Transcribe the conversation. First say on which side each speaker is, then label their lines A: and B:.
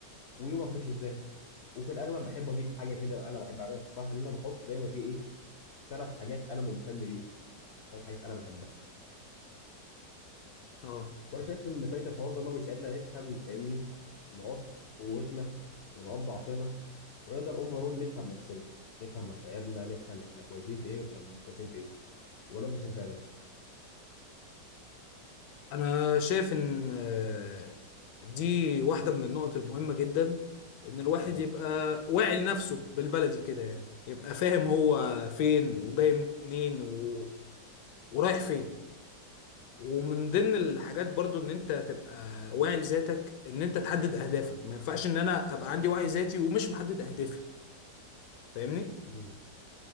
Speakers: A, on the left; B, on the left.
A: ويومك مش ازاي وفي الاغلب بحب اضيف حاجه كده انا بحب اعملها الصراحه ان انا بحط دايما في ايه ثلاث حاجات انا ممتن ليها ثلاث حاجات انا بحبها
B: اه
A: وانا شايف ان فايت الحوار ده ان هو بيساعدنا نفهم فاهمني نقاط قوتنا ونقاط ضعفنا ونقدر اوفرول نفهم نفسنا نفهم مشاعرنا نفهم احنا كويسين في ايه واحنا مش كويسين في ايه ولا انت شايف إيه يا باشا
B: انا شايف ان آه، دي واحدة من النقط المهمة جدا ان الواحد
A: مم.
B: يبقى واعي لنفسه بالبلدي كده يعني يبقى فاهم هو فين وجاي منين و... ورايح فين ومن ضمن الحاجات برضو ان انت تبقى واعي لذاتك ان انت تحدد اهدافك ما ينفعش ان انا ابقى عندي وعي ذاتي ومش محدد اهدافي فاهمني
A: مم.